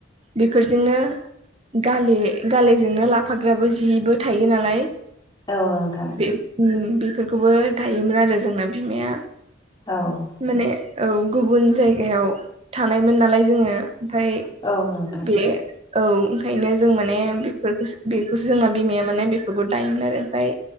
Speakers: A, on the right; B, on the left.
A: बेफोरजोंनो गाले गालेजोंनो लाफाग्राबो जिबो थायो नालाय
B: औ नोंथां
A: बे उम बेफोरखौबो दायोमोन आरो जोंना बिमाआ
B: औ
A: माने औ गुबुन जायगायाव थानायमोन नालाय जोङो आमफाय
B: औ नोंथां
A: बे औ ओंखायनो जों माने बेफोरखौसो बेखौसो जोंना बिमाआ माने बेफोरखौ दायोमोन आरो आमफ्राय